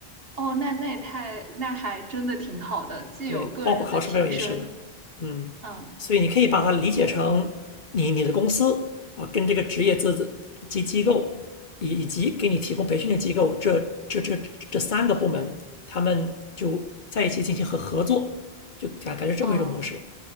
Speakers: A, on the right; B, on the left.
A: 哦，那那也太，那还真的挺好的，既有个人的提升，
B: 对，包括考试费用也是的，嗯，
A: 嗯
B: 所以你可以把它理解成你你的公司啊，跟这个职业资质及机构以以及给你提供培训的机构，这这这这三个部门，他们就在一起进行合合作，就感感觉这么一种模式，
A: 嗯，